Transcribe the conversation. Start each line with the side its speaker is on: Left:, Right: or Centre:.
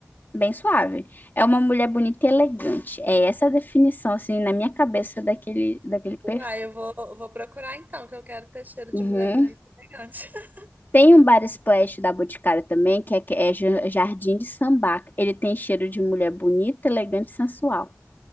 Left: bem suave. É uma mulher bonita e elegante. É essa a definição, assim, na minha cabeça daquele, daquele perfume.
Right: Uai, eu vou, eu vou procurar então, que eu quero ter cheiro
Left: Uhum.
Right: de mulher bonita e elegante. <laughs>
Left: Tem um Bar Splash da Boticário também, que é, que é ja- Jardim de Sambaca. Ele tem cheiro de mulher bonita, elegante e sensual.